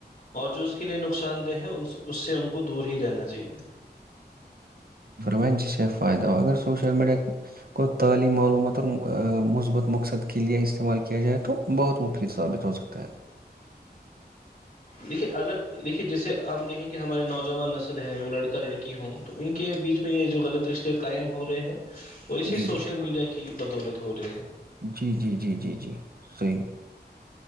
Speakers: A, on the left (about 50°); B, on the right (about 60°).
A: اور جو اس کے لئے نقصان دہ ہے اس سے ان کو دور ہی رہنا چاہیے
B: ونٹ جسے فائدہ ہو اگر سوشل میڈیا کو تعلیم معلومات اور مثبت مقصد کے لے استعمال کیا جائے تو بہت مفید ثابت ہو سکتا ہے
A: دیکھیے اگر دیکھیے جیسے ہم دیکھیں کہ ہمارے نوجوان نسل ہیں وہ لڑکا لڑکی ہوں تو ان کے بیچ میں یہ جو غلط رشتے قائم ہو رہے ہیں وہ اسی
B: جی،
A: سوشل
B: جی۔
A: میڈیا کی بدولت دورے
B: جی جی جی جی جی صحیح